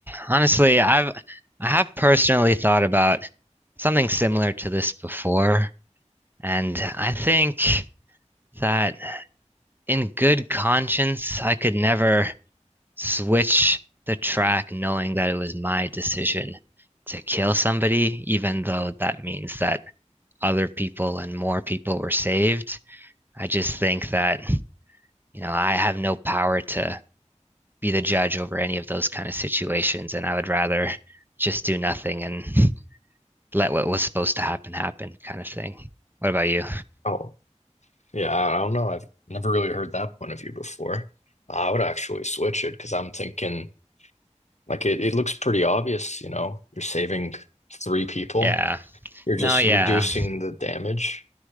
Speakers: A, on the right; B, on the left.
A: Honestly, I've I have personally thought about something similar to this before, and I think that in good conscience, I could never switch the track knowing that it was my decision to kill somebody, even though that means that other people and more people were saved. I just think that, you know, I have no power to be the judge over any of those kind of situations. And I would rather just do nothing and <laughs> let what was supposed to happen happen kind of thing. What about you?
B: Oh, yeah. I I don't know. I've never really heard that point of view before. I would actually switch it because I'm thinking like it, it looks pretty obvious, you know, you're saving three people.
A: Yeah.
B: You're
A: No,
B: just
A: yeah.
B: reducing the damage